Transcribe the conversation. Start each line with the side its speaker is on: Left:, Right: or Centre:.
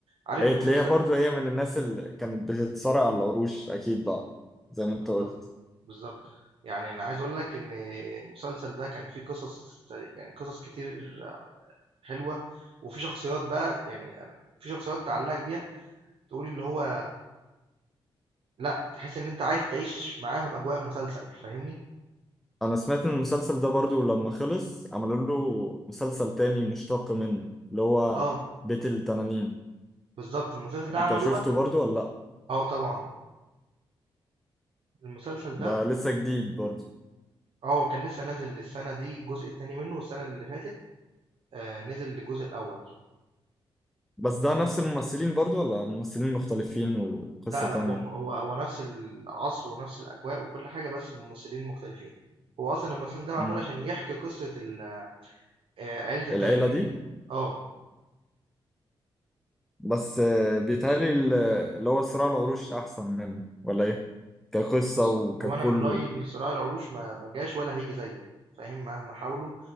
Right: عارف
Centre: هي
Right: المسلسل
Centre: تلاقيها برضو هي من الناس اللي كانت بتتصارع على العروش أكيد بقى زي ما أنت
Right: بالضبط،
Centre: قلت
Right: بالضبط، يعني أنا عايز أقول لك إن المسلسل ده كان فيه قصص ت يعني قصص كتير حلوة، وفي شخصيات بقى يعني أنا في شخصيات تعلّقك بيها، تقول اللي هو لأ، تحس إن أنت عايز تعيش معاهم أجواء المسلسل، فاهمني؟
Centre: أنا سمعت إن المسلسل ده برضو لما خلص عملوا له مسلسل تاني مشتق منه اللي هو
Right: آه،
Centre: بيت التنانين
Right: بالضبط، المسلسل ده
Centre: أنت
Right: عملوه
Centre: شفته
Right: بقى
Centre: برضو ولا لأ؟
Right: آه طبعًا، المسلسل
Centre: ده
Right: ده
Centre: لسه جديد برضو
Right: آه، كان لسه نازل السنة دي الجزء التاني منه، والسنة اللي فاتت آآ نزل الجزء الأول.
Centre: بس ده نفس الممثلين برضو ولا ممثلين مختلفين وقصة
Right: لا، لأ،
Centre: تانية؟
Right: هو م هو هو نفس العصر ونفس الأجواء وكل حاجة، بس بممثلين مختلفين. هو أصلًا المسلسل ده معمول
Centre: مم.
Right: عشان يحكي قصة ال آآ عيلة الترجية
Centre: العيلة دي
Right: آه،
Centre: بس آه، بيتهيألي ال- اللي هو صراع العروش أحسن منه ولا إيه؟ كقصة
Right: بُص،
Centre: وككله
Right: هو أنا من رأيي إن صراع العروش ما ما جاش ولا هييجي زيه، فاهم؟ مهما حاولوا